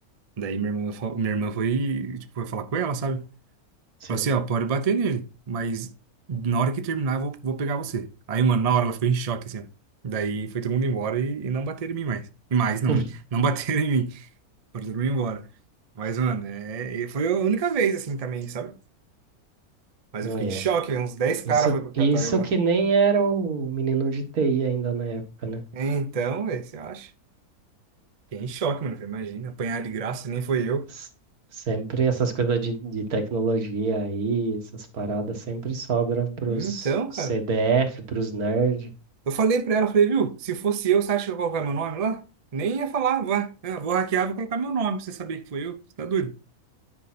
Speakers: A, on the right; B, on the right.
A: Daí minha irmã, fa- minha irmã foi, tipo, foi falar com ela, sabe?
B: Sim.
A: Falei assim, ó, pode bater nele, mas na hora que terminar eu vou, vou pegar você. Aí, mano, na hora ela ficou em choque, assim, ó. Daí foi todo mundo embora e, e não bateram em mim mais. E mais, não,
B: <laughs>
A: né? Não <laughs> bateram em mim. Foram todo mundo embora. Mas, mano, é, e foi a única vez, assim, também, sabe? Mas
B: Olha.
A: eu fiquei em choque, velho, uns 10 caras
B: Isso,
A: foi pra catar
B: isso
A: eu lá.
B: que nem era o menino de TI ainda na época, né?
A: Então, velho, você acha? Fiquei em choque, mano. Falei, imagina, apanhar de graça, nem foi eu.
B: S- Sempre essas coisas de, de tecnologia aí, essas paradas sempre sobra pros
A: Então,
B: CDF,
A: cara.
B: pros nerds.
A: Eu falei pra ela, falei, viu, se fosse eu, você acha que eu ia colocar meu nome lá? Nem ia falar, vai, eu vou hackear, vou colocar meu nome pra você saber que foi eu. Você tá doido?